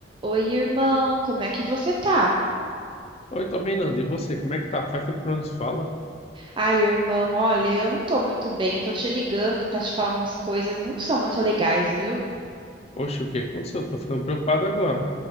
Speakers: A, on the right; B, on the left.
A: Oi, irmão, como é que você tá?
B: Oi, tô bem, Nando. E você, como é que tá? Faz tempo que não nos fala.
A: Ai, irmão, olha, eu não tô muito bem, eu tô te ligando pra te falar umas coisas, não são muito legais, viu?
B: Oxe, o que aconteceu? Tô ficando preocupado agora.